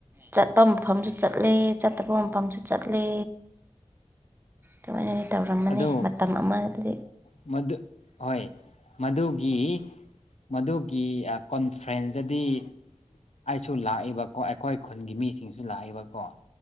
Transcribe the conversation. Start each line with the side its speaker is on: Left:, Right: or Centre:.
Right: ꯆꯠꯄ ꯃꯐꯝꯁꯨ ꯆꯠꯂꯦ ꯆꯠꯇꯕ ꯃꯐꯝꯁꯨ ꯆꯠꯂꯦ ꯀꯃꯥꯏꯅꯗꯤ ꯇꯧꯔꯝꯃꯅꯤ
Left: ꯑꯗꯨ
Right: ꯃꯇꯝ ꯑꯃꯗꯤ
Left: ꯃꯗꯨ ꯍꯣꯏ ꯃꯗꯨꯒꯤ ꯃꯗꯨꯒꯤ ꯀꯣꯟꯐ꯭ꯔꯦꯟꯁꯇꯗꯤ ꯑꯩꯁꯨ ꯂꯥꯛꯏꯕ ꯀꯣ ꯑꯩꯈꯣꯏ ꯈꯨꯟꯒꯤ ꯃꯤꯁꯤꯡꯁꯨ ꯂꯥꯛꯏꯕꯀꯣ